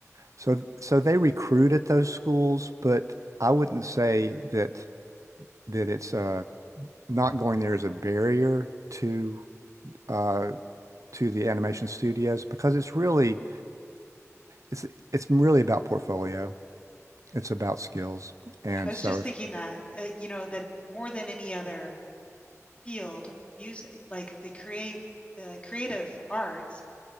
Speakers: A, on the right; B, on the left.
A: So so they recruit at those schools, but I wouldn't say that that it's uh not going there is a barrier to uh to the animation studios because it's really it's it's really about portfolio.
B: hmm
A: It's about skills. And
B: I was
A: so
B: just
A: if
B: thinking that, uh, you know, that more than any other field, music, like the create, the creative arts